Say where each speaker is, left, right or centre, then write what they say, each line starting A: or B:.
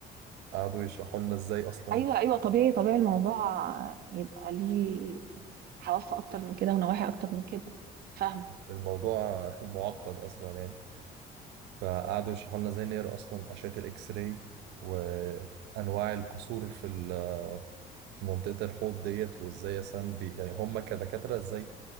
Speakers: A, on the right; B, on the right.
A: قعدوا يشرحوا لنا ازاي أصلا
B: ايوه ايوه طبيعي طبيعي الموضوع يبقى ليه حواف اكتر من كده ونواحي اكتر من كده فاهم
A: الموضوع <laughs> معقد أصلا يعني فقعدوا يشرحوا لنا ازاي نقرا اصلا اشعه الاكس راي وانواع الكسور في ال- في منطقه الحوض ديت وازاي مثلا بي يعني هم كدكاتره ازاي